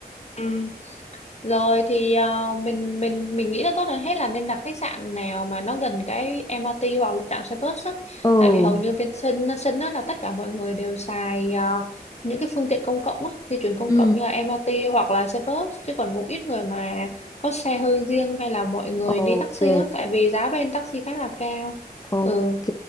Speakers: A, on the left; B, on the left.
A: ừ. Rồi thì ờ, mình mình mình nghĩ là tốt hơn hết là nên đặt khách sạn nào mà nó gần cái MRT hoặc là trạm xe bus á.
B: Ừ.
A: Tại vì hầu như bên Sân Sân á là tất cả mọi người đều xài ờ, những cái phương tiện công cộng á, di chuyển công
B: Ừ.
A: cộng như là MRT hoặc là xe bus chứ còn cũng ít người mà có xe hơi riêng hay là mọi người
B: Ok,
A: đi taxi á, tại vì giá bên taxi khá là cao.
B: ok,
A: Ừ,